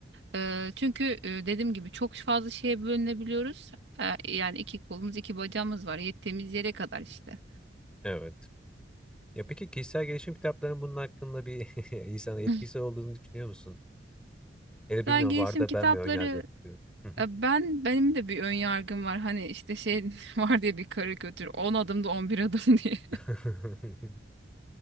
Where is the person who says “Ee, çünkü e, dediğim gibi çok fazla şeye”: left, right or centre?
Right